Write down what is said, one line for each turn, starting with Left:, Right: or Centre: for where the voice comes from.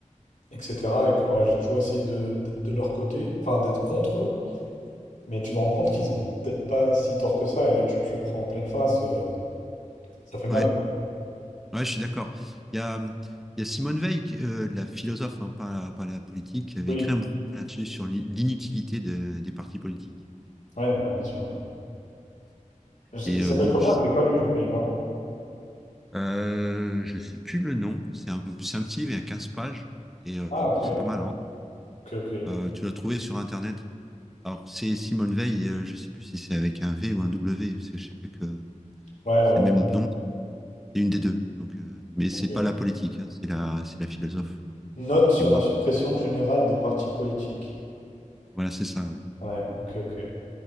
Left: etc. Et que ouais, j'ai toujours essayé de- d'être de leur côté, enfin d'être contre eux, mais tu te rends compte qu'ils ont peut-être pas si tort que ça, et là tu te le prends en pleine face, euh, ça fait mal,
Centre: Ouais,
Left: quoi.
Centre: ouais, je suis d'accord. Il y a, il y a Simone Veil, qui- euh, la philosophe, hein, pas, pas la politique, qui avait
Left: Oui,
Centre: écrit un bouquin là-dessus sur l'i- l'inutilité de- des partis politiques.
Left: ouais, bah bien sûr. ouais. Je-
Centre: Et
Left: il
Centre: euh,
Left: s'appelle
Centre: bon,
Left: comment?
Centre: je,
Left: Je l'ai pas lu, je le connais pas.
Centre: Euh, je sais plus le nom. C'est un, c'est un petit livre, il y a 15 pages. Et euh,
Left: Ah,
Centre: bon,
Left: ok,
Centre: c'est pas mal. hein.
Left: ok, ok.
Centre: Euh, tu l'as trouvé sur Internet. Alors, c'est Simone Veil. euh, je sais plus si c'est avec un V ou un W, parce que je sais que
Left: Ouais,
Centre: c'est
Left: ouais,
Centre: le
Left: ouais.
Centre: même nom. C'est une des deux. Donc, euh, mais
Left: ok.
Centre: c'est pas la politique. hein, c'est la, c'est la philosophe
Left: Note
Centre: qui est,
Left: sur
Centre: qui est morte.
Left: la suppression générale des partis politiques.
Centre: Voilà, c'est ça. Ouais.
Left: Ouais, ok, ok.